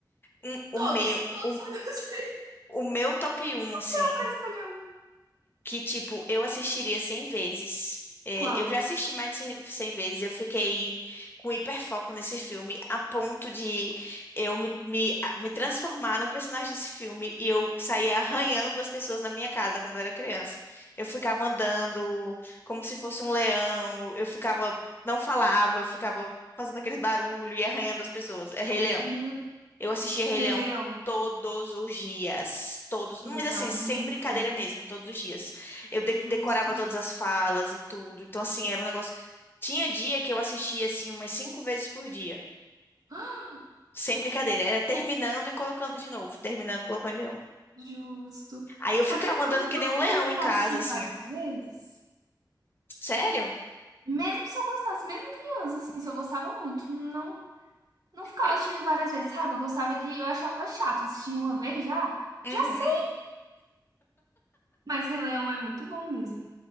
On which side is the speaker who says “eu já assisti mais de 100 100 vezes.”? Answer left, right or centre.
Left